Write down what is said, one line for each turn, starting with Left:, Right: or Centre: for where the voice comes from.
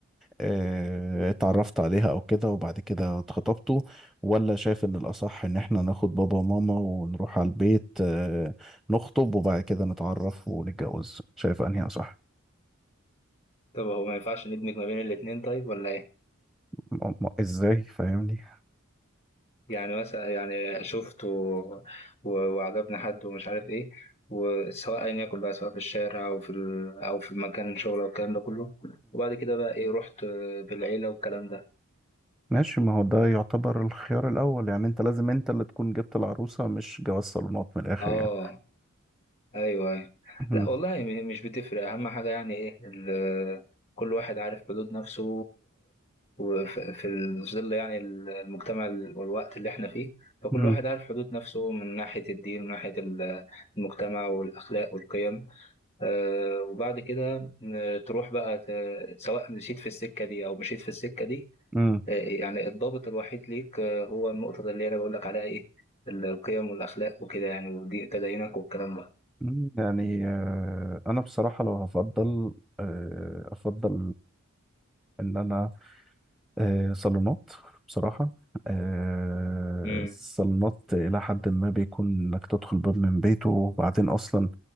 Centre: آه، اتعرفت عليها او كده وبعد كده اتخطبتوا ولا شايف ان الاصح ان احنا ناخد بابا وماما ونروح على البيت آه، نخطب وبعد كده نتعرف ونتجوز شايف انهي اصح
Left: طب هو ما ينفعش ندمج ما بين الاتنين طيب ولا ايه
Centre: م- م- ازاي فاهمني
Left: يعني مثلا يعني شفته و- وعجبني حد ومش عارف ايه وسواء ايا يكن بقى سواء في الشارع او في ال... او في مكان شغل او الكلام ده كله وبعد كده بقى ايه رحت آه، بالعيله والكلام ده
Centre: ماشي ما هو ده يعتبر الخيار الأول يعني أنت لازم أنت اللي تكون جبت العروسة مش جواز صالونات من الآخر
Left: اه
Centre: يعني
Left: ايوه ايوه
Centre: مم.
Left: لا والله م- مش بتفرق اهم حاجه يعني ايه ال... كل واحد عارف حدود نفسه وفي ظل يعني ال- المجتمع ال- والوقت اللي احنا فيه فكل
Centre: مم.
Left: واحد عارف حدود نفسه من ناحيه الدين ومن ناحيه ال- المجتمع والاخلاق والقيم آه، وبعد كده آه، تروح بقى ت- سواء مشيت في السكة دي أو مشيت في السكة دي
Centre: مم.
Left: آه، يعني الضابط الوحيد ليك آه، هو النقطة اللي أنا بقول لك عليها إيه القيم والأخلاق وكده يعني ودي تدينك والكلام ده
Centre: مم. يعني آه، أنا بصراحة لو هفضل آه، أفضل إن أنا آه، صالونات بصراحة آه،
Left: امم
Centre: الصالونات إلى حد ما بيكون إنك تدخل باب من بيته وبعدين أصلا